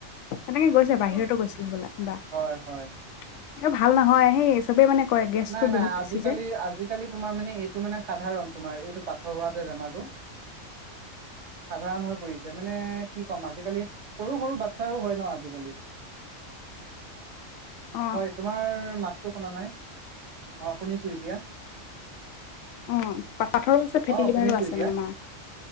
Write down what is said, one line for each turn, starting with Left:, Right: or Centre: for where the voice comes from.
Left: তেনেকে গৈছে বাহিৰতো
Right: হয়
Left: গৈছিলে হবলা এবা
Right: হয় হয়
Left: ভাল নহয় সেই চবে মানে কয় গেছটো
Right: নাই নাই
Left: বহুত বেছি
Right: আজিকালি
Left: যে
Right: আজিকালি তম তোমাৰ মানে এইটো মানে সাধাৰণ তোমাৰ এইটো পাথৰ হোৱা যে বেমাৰটো সাধাৰণ হৈ পৰিছে মানে কি ক'ম আজিকালি সৰু সৰু বাচ্ছাৰো হয় ন আজিকালি
Left: অ
Right: হয় তোমাৰ মাততো শুনা নাই অ শুনিছো এতিয়া
Left: অ পাঠৰো আছে ফেট
Right: অ
Left: লিভাৰো
Right: শুনিছো
Left: আছে
Right: এতিয়া
Left: মানে মাৰ